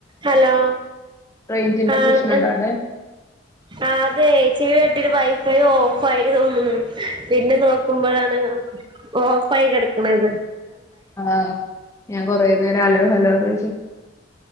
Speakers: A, on the right (about 25°); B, on the left (about 15°).
A: ഹലോ
B: റേഞ്ചിന്റെ
A: ആഹ
B: പ്രശ്നണ്ടോ അവിടെ
A: ആ അതെ ചിയ കുറ്റരു വൈഫൈ ഓഫ് ആയി തോന്നുന്നു പിന്നെ നോക്കുമ്പോഴാണ് ഓ ഓഫയി കിടക്കണത്
B: ആഹ ഞാൻ കൊറേ നേരം ആലോ ഫലോന്ന് ചോതിച്ചു